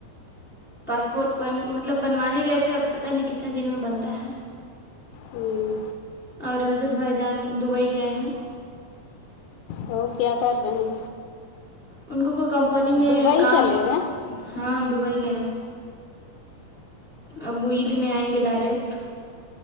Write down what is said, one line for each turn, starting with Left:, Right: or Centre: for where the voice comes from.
Centre: پاسپورٹ بن مطلب بنوانے گئے تھے اب پت نہیں کتنے دن میں بنتا ہے
Left: ہوں
Centre: اور حضت بھائی جان دبئی گئے ہیں
Left: تو وہ کیا کر رہے ہیں
Centre: ان کو کوئی کمپنی میں
Left: دبئی
Centre: کام
Left: چلے گئے
Centre: ہاں دبئی کے ہے اب وہ عید میں آئیں گے ڈائریکٹ <unintelligible>